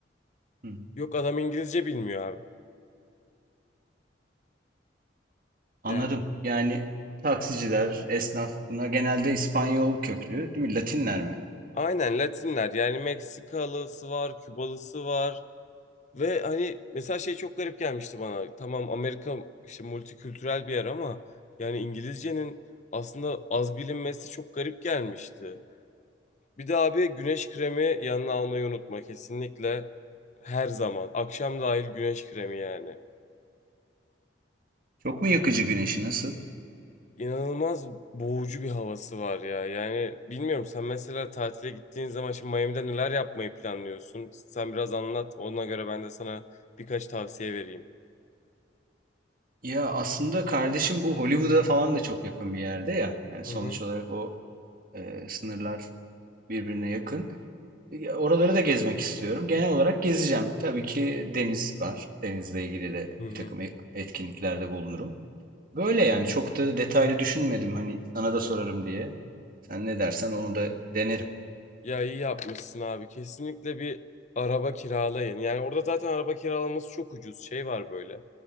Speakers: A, on the right; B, on the left.
A: hı.
B: Yok adam İngilizce bilmiyor abi.
A: Anladım.
B: Yani
A: Yani taksiciler, esnaf bunlar genelde İspanyol köklü, değil mi? Latinler mi?
B: aynen Latinler yani Meksikalısı var, Kübalısı var. Ve hani mesela şey çok garip gelmişti bana. Tamam Amerika işte multikültürel bir yer ama yani İngilizcenin aslında az bilinmesi çok garip gelmişti. Bir de abi güneş kremi yanına almayı unutma kesinlikle. Her zaman. Akşam dahil güneş kremi yani.
A: Çok mu yakıcı güneşi nasıl?
B: İnanılmaz boğucu bir havası var ya. Yani bilmiyorum sen mesela tatile gittiğin zaman şimdi Miami'de neler yapmayı planlıyorsun? Sen biraz anlat. Ona göre ben de sana birkaç tavsiye vereyim.
A: Ya aslında kardeşim bu Hollywood'a falan da çok yakın bir yerde ya. Yani
B: Hı
A: sonuç
B: hı.
A: olarak o e, sınırlar birbirine yakın. E, Oraları da gezmek istiyorum. Genel olarak gezeceğim. Tabii ki deniz var. Denizle ilgili de
B: Hı hı.
A: bir takım e- etkinliklerde bulunurum. Böyle yani çok da detaylı düşünmedim hani sana da sorarım diye. Sen ne dersen onu da denerim.
B: Ya iyi yapmışsın abi. Kesinlikle bir araba kiralayın. Yani orada zaten araba kiralaması çok ucuz. Şey var böyle.